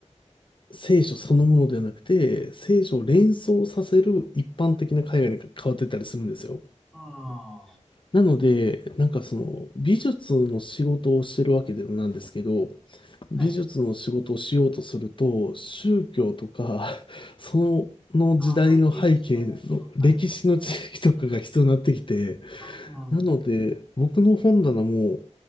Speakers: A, on the left; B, in the centre.
A: 聖書そのものではなくて、聖書を連想させる一般的な海外に変わってったりするんですよ。
B: あ
A: なので、なんかその美術の仕事をしてるわけでなんですけど、美術の仕事をしようとすると、
B: あ、はい。
A: 宗教とか、その時代の背景の歴史の知識とかが必要になってきて、
B: ああ、背景を知らないと、はい。ああ、
A: なので、僕の本棚も、